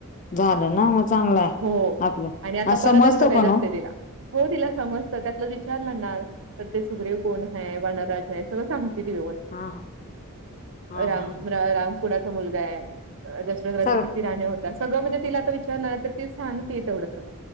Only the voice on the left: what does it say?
झालं ना मग चांगलं आहे.
आपलं
हा समजतो
पण हो
हा हा
हा हा
सगळं